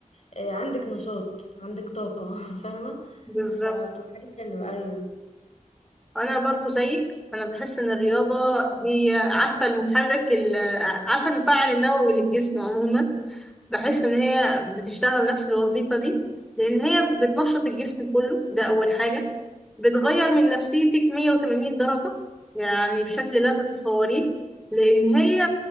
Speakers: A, on the left; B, in the centre.
A: آه، عندك نشاط عندك طاقه <laughs> فاهمه
B: بالظبط.
A: فبتبقى حاجه حلوه ايوه
B: انا برضو زيك انا بحس ان الرياضه هي عارفه المحرك ال- عارفه المفاعل النووي للجسم عموما بحس ان هي بتشتغل نفس الوظيفه دي لان هي بتنشط الجسم كله ده اول حاجه بتغير من نفسيتك 180 درجه يعني بشكل لا تتصوريه لان هي